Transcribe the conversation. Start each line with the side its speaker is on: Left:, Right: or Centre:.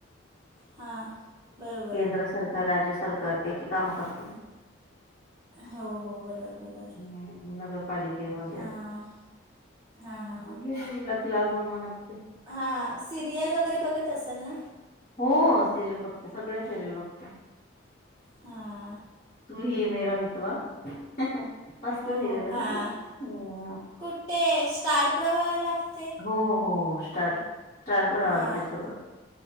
Right: हां बरोबर
Left: केंद्र सरकार, राज्य सरकार त्यांची काम करतो ना.
Right: हो हो, बरोबर बरोबर.
Left: <unintelligible> पालिकेमध्ये
Right: हां
Left: असं,
Right: हां हां
Left: गेलं लक लागून मग असं.
Right: आ.. सिरियल वगैरे बघत असाल ना.
Left: हो, सिरियल बघते सगळं सिरियल बघते.
Right: हां.
Left: तू ही मेरा मितवा, मस्त
Right: हो
Left: सिरियल
Right: हो
Left: आहे
Right: हां
Left: ना ती. हो..
Right: कुठे स्टार प्रवाह ला लागते.
Left: हो हो, स्टार स्टार प्रवाह
Right: हां
Left: तेच्यावरचं.